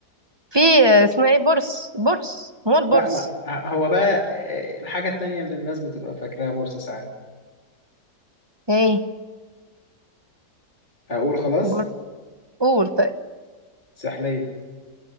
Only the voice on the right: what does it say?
في آه، اسمها ايه بورس بورس ما هو البورس
ايه
بورس قول طيب